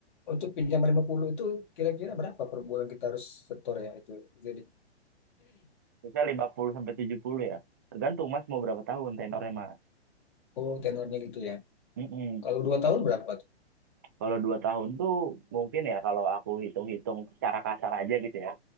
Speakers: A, on the left; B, on the right.
A: untuk pinjam 50 itu kira-kira berapa per bulan kita harus setor ya itu. Jadi
B: Terusnya 50 sampai 70 ya. Tergantung Mas mau berapa tahun tenornya Mas.
A: <clears throat> oh tenornya gitu ya.
B: Mm-mm.
A: Kalau dua tahun berapa tuh?
B: Kalau dua tahun tuh mungkin ya kalau aku hitung-hitung secara kasar aja gitu ya.